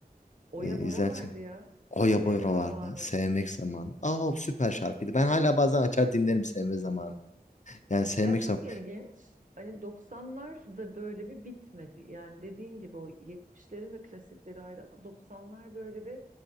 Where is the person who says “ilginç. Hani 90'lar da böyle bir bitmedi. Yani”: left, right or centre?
Right